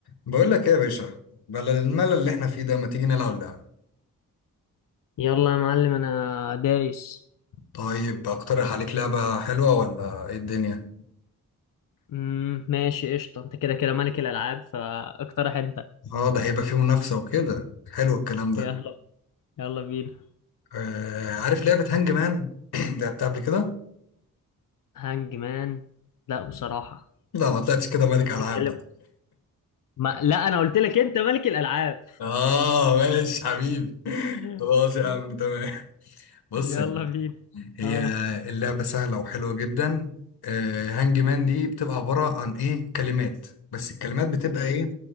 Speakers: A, on the left; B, on the left.
A: بقول لك ايه يا باشا بدل الملل اللي احنا فيه ده ما تيجي نلعب لعبة
B: يلا يا معلم انا دايس
A: طيب اقترح عليك لعبة حلوة ولا ايه الدنيا
B: مم. ماشي قشطة انت كده كده ملك الالعاب فاقترح انت
A: اه ده هيبقى فيه منافسة وكده حلو الكلام ده
B: يلا يلا بينا
A: آه عارف لعبة هانج مان <clears throat> لعبتها قبل كده
B: هانج مان لا بصراحة
A: لا ما طلعتش كده ملك
B: دي بتتكلم
A: العاب بقى
B: ما لا انا قلت لك انت ملك الالعاب
A: اه ماشي حبيبي
B: <laughs>
A: خلاص يا عم تمام بص
B: يلا
A: يعني
B: بينا
A: هي
B: اه
A: اللعبة سهلة وحلوة جدا آه هانج مان دي بتبقى عبارة عن ايه كلمات بس الكلمات بتبقى
B: ماشي
A: ايه